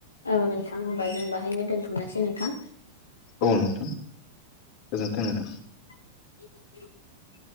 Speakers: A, on the left; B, on the left.
A: औ नोंथां होनबा जों बाहायनो दोनथ'नोसै नोंथां।
B: औ नोंथां गोजोन्थों नोंथां।
A: <inaudible>